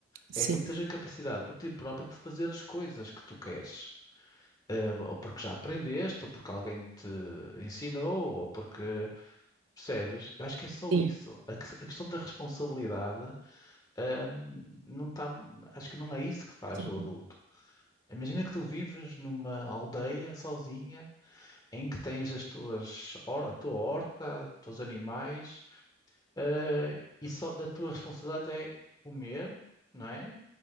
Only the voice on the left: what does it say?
É tu teres a capacidade por ti próprio de fazer as coisas que tu queres. Eh, ou porque já aprendeste, ou porque alguém te ensinou, ou porque percebes. Eu acho que é só
isso. A, que- a questão da responsabilidade. Ahm, não tá, acho que não é isso que faz
o adulto. Imagina que tu vives numa aldeia sozinha em que tens as tuas, hor- a tua horta, os teus animais, ah, e só, a tua responsabilidade é comer, não é?